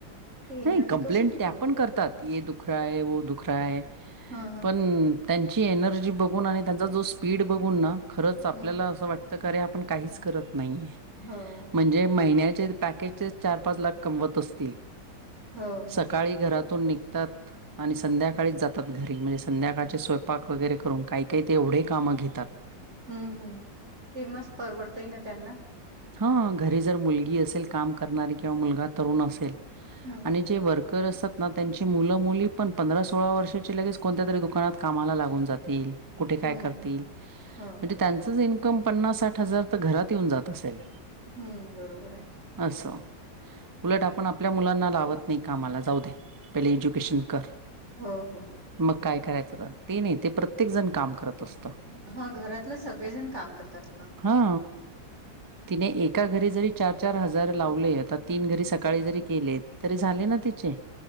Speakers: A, on the right (about 35°); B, on the right (about 15°).
A: ते एनर्जी
B: नही कंप्लेंट
A: कशी टिकवतो
B: त्या पण करतात, ये दुख रहा हैं, वो दुख रहा हैं.
A: हा हा
B: पण त्यांची एनर्जी बघून आणि त्यांचा जो स्पीड बघून ना खरंच आपल्याला
A: हम्म
B: असं वाट त खरे आपण कांहीच करत नाहीये.
A: हं!
B: म्हणजे महिन्याचे पॅकेजचे चार, पाच लाख कमवत असतील.
A: हो
B: सकाळी
A: हो
B: घरातून निघतात. आणि संध्याकाळीच जातात घरी म्हणजे संध्याकाळचे स्वयंपाक वगैरे करून काही, काही त एवढे कामं घेतात.
A: हूं हूं ते मस परवडतंय ना त्यांना.
B: हं घरी जर मुलगी असेल काम करणारी किंवा मुलगा तरुण असेल
A: हम्म
B: आणि. जे वर्कर असतात ना त्यांची मुलं मुली पण पंधरा सोळा वर्षाचे लगेच कोणत्या तरी दुकानात. कामाला लागुण जातिल, कुठे काय
A: हम्म
B: करतील,
A: हम्म हो
B: म्हणजे
A: हो
B: त्यांचच इन पन्नास साठ हजार तर घरात येऊन जात असेल
A: हम्म बरोबर आहे
B: असं, उलट आपण आप मुलांना लावत नाही कामला जाऊ दे, पहिले एज्युकेशन कर
A: हो हो
B: मग काय करायचं कर ते नाही ते प्रत्येक जण काम करत असत
A: हा घरातलं सगळेजण काम करतात पण
B: हा तिने एका घरी जरी चार-चार हजार लावले आता तीन घरी सकाळी जरी केलेत तरी झाले ना तिचे